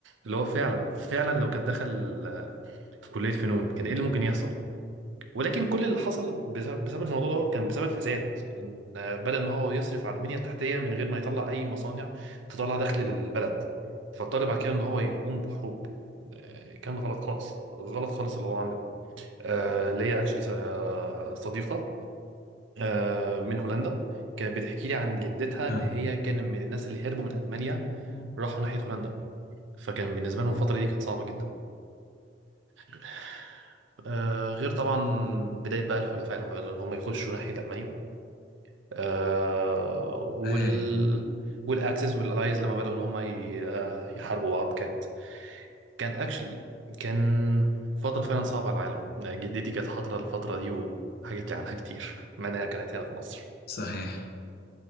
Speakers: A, on the right (about 75°); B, on the left (about 55°).
A: اللي هو فعلا فعلا لو كان دخل آه، كليه فنون كان ايه اللي ممكن يحصل ولكن كل اللي حصل بسبب بسبب الموضوع ده كان بسبب فساد إن بدأ ان هو يصرف على البنية التحتية من غير ما يطلع اي مصانع تطلع دخل للبلد فاضطر بعد كده ان هو يقوم بحروب آه، كان غلط خالص غلط خالص اللي هو عمله آه، ليا اكشلي صديقة آه، من هولندا كانت بتحكي لي عن جدتها
B: آه.
A: ان هي كان من الناس اللي هربوا من ألمانيا
B: آه.
A: راحوا ناحية هولندا فكان بالنسبة لهم الفترة دي كانت صعبة جدا آه، غير طبعا بداية بقى الحلفاء لما بدأوا إن هم يخشوا ناحية ألمانيا آه، وال
B: آه.
A: والأكسس والألايز لما بدأوا إن هم ي- آه، يحاربوا بعض كانت كان أكشلي كان فترة فعلا صعبة على العالم يعني جدتي كانت حاضرة الفترة دي وحكت لي عنها كتير مع إنها كانت هنا في مصر
B: صحيح